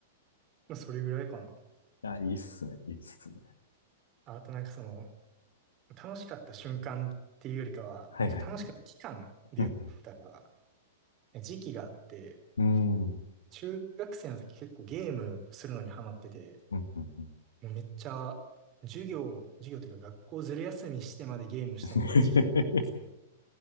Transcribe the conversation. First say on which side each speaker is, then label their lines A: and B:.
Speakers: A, on the right (about 30°); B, on the left (about 70°).
A: まあそれぐらいかな。
B: あ、いいっすね、いいっすね。
A: ああとなんかその、楽しかった瞬間っていうよりかは、
B: はいはい。
A: なんか楽しかった期間で言ったら、
B: うん。
A: 時期があって、
B: うーん。
A: 中学生の時結構ゲームするのにハマってて、
B: うんうんうん
A: もうめっちゃ授業、授業というか学校ずる休みしてまでゲームしたいみたいな時期があったんですけど、
B: <laughs>